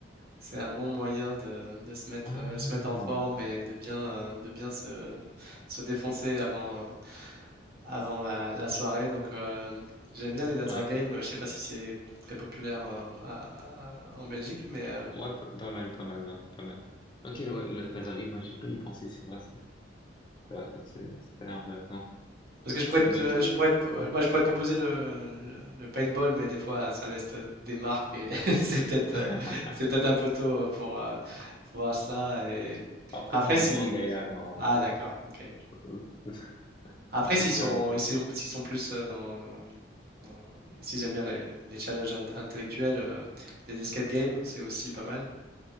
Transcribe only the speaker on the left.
Ah,
ouais.
Ouais, p- pas mal, pas mal, ouais, pas mal. Ok, ouais, le- laser game, moi j'ai pas y pensé, c'est vrai, c'est, c'est vrai, c'est- ça a l'air intéressant.
Tout
D'autres choses?
Ouais.
<laughs>
Après,
c'est des
grands gaillards, normalement.
Ok, <laughs>
ok,
ouais.